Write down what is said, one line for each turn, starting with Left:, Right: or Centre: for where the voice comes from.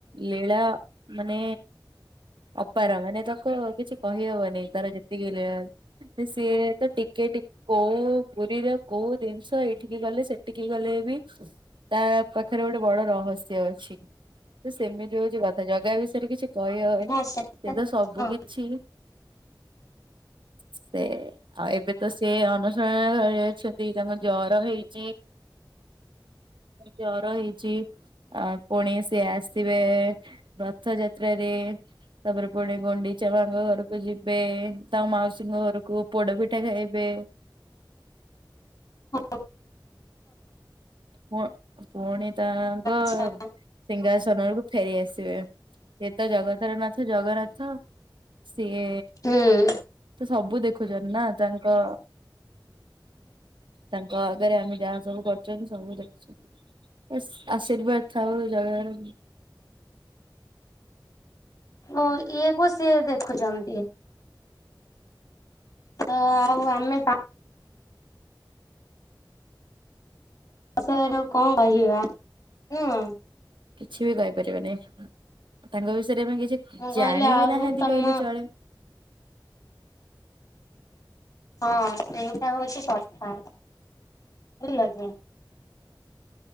Right: ଲୀଳା ମାନେ ଅପାର ମାନେ ତାକୁ କିଛି କହିହବନି ତାର ଯେତିକି ଲୀଳା ସିଏ ତ ଟିକେ, ଟିକେ କୋଉ ପୁରୀରେ କୋଉ ଜିନିଷ ଏଇଠିକି ଗଲେ ସେଠିକି ଗଲେ ବି ତା ପାଖରେ ଗୋଟେ ବଡ ରହସ୍ୟ ଅଛି। ତ ସେମିତି ହଉଛି କଥା। ଜଗା ବିଷୟରେ କିଛି କହି ହଉନି।
Left: ଆଚ୍ଛା
Right: ସେ ତ ସବୁ
Left: ହଁ
Right: କିଛି ସେ ଆଉ ଏବେ ତ ସେ ଅନସ ଅନସଣ ଘରେ ଅଛନ୍ତି ତାଙ୍କ ଜର ହେଇଚି। ଜର ହେଇଚି। ଆ ପୁଣି ସିଏ ଆସିବେ ରଥଯାତ୍ରାରେ। ତାପରେ ପୁଣି ଗୁଣ୍ଡିଚା ମାଙ୍କ ଘରକୁ ଯିବେ ତାଙ୍କ ମାଉସୀଙ୍କ ଘରକୁ ପୋଡ ପିଠା ଖାଇବେ।
Left: ଓହୋ।
Right: ପ ପୁଣି ତାଙ୍କ
Left: ଆଚ୍ଛା
Right: ସିଂହାସନ କୁ ଫେରି ଆସିବେ। ସେ ତ ଜଗତର ନାଥ ଜଗନ୍ନାଥ। ସିଏ,
Left: ହୁଁ
Right: ସେ ସବୁ ଦେଖୁଛନ୍ତି ନା ତାଙ୍କ ତାଙ୍କ ଆଗରେ ଆମେ ଯାହା ସବୁ କରୁ ଛନ୍ତି ସବୁ ଦେଖୁଛନ୍ତି। ଆଶୀର୍ବାଦ ଥାଉ ଜାଗାର
Left: ଓ ଇ ସିଏ ଦେଖୁଛନ୍ତି। ହଁ ଆଉ ଆମେ ପା ବିଷୟରେ ଆଉ କଣ କହିବା? ନୁହଁ।
Right: କିଛି ବି କହିପାରିବାନି। ତାଙ୍କ ବିଷୟରେ ଆମେ କିଛି
Left: ମୁଁ କହିଲି
Right: ଜାଣିବି
Left: ଆଉ
Right: ନାହାନ୍ତି
Left: ତମ
Right: କହିଲେ ଚଳେ।
Left: ହଁ ସେଇଟା ହଉଛି କଥା ବୁଝିଲ କି?